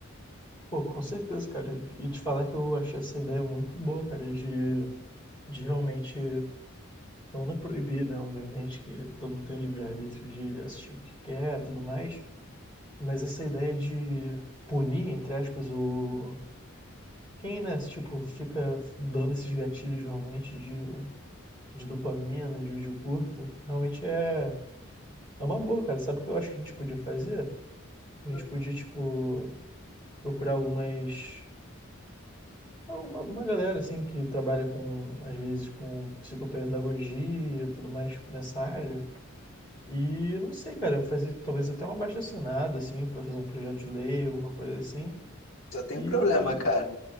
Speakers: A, on the left; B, on the left.
A: Pô, com certeza, cara. E te falar que eu achei essa ideia muito boa, cara, de, de realmente não é proibir, né? Obviamente que todo mundo tem o livre-arbítrio de assistir o que quer, e tudo mais. Mas essa ideia de punir, entre aspas, o quem, né? Tipo, fica dando esses gatilhos realmente de, de dopamina, de vídeo curto, realmente é É uma boa, cara. Sabe o que eu acho que a gente podia fazer? A gente
B: Hum.
A: podia, tipo, procurar algumas. Uma, uma galera, assim, que trabalha com, às vezes, com psicopedagogia e tudo mais nessa área. E, não sei, cara, fazer talvez até uma abaixo-assinado, assim, pra fazer um projeto de lei, alguma coisa assim.
B: Só tem
A: E.
B: um problema, cara.